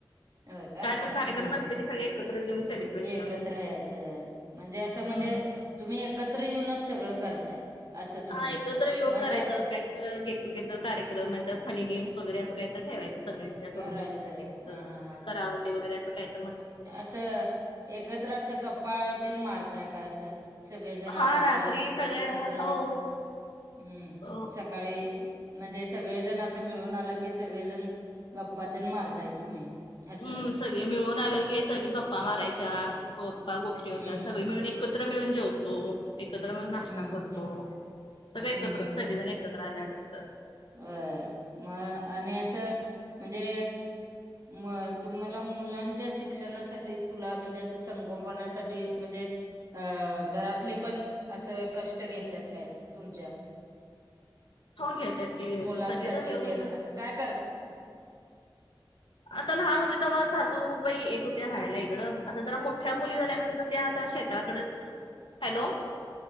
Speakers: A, on the right; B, on the left.
A: होय का
B: काय
A: हम्
B: पण कार्यक्रम
A: हम्
B: असले की सगळे एकत्रच येऊन सेलिब्रेशन
A: एकत्र यायचं. म्हणजे असं म्हणजे
B: हम्म.
A: तुम्ही एकत्र येऊनच सगळं करताय असं तुम्ही
B: हा एकत तर येऊन
A: मजा
B: करायचं काहीत गेट टुगेदर कार्यक्रम मा फनी गेम्स वगैरे असं काही तर ठेवायचं सगळ्यांच्या
A: करायचं
B: करवणुकीसाठी अस
A: हां हां
B: करावते वगैरे असं काय तर म्हणायचं
A: अससं एकत्र असं गप्पाळात मारतय काय असं सगळेजण
B: हा
A: आलं
B: रात्री
A: की
B: सगळे
A: एकत्र
B: हो
A: हम्
B: अ
A: सकाळी म्हणजे सगळेजण असं मिळून आला की सगळेजण गप्पातन मारताय तुम्ही असं
B: हम्म सगळे मिळून आलं की सगळे गप्पा मारायच्या गप्पा गोष्टी होत्या
A: हम्म
B: सगळे मिळून एकत्र मिळून जेवतो एकत्र मिळून नाश्ता
A: हम्म हम्म
B: करतो सगळे एकत्र
A: हम्म
B: सगळेजण एकत्र ल्यात
A: अ मग आणि असं म्हणजे म तुम्हाला मुलांच्या शिक्षणासाठी तुला म्हणजे असं संगोपनासाठी म्हणजे अ घरातले पण असं कष्ट घेतात काय तुमच्या
B: हो घेतेत तेी घेत
A: मुलांसाठी
B: सगळे जण मिळ
A: ते असं काय करते
B: आता लहान होते तेव्हा सासू बाई येत होत्या राहायला इकडं आता जरा मोठ्या मुली झाल्यानंतर त्या आता शेताकडच हॅलो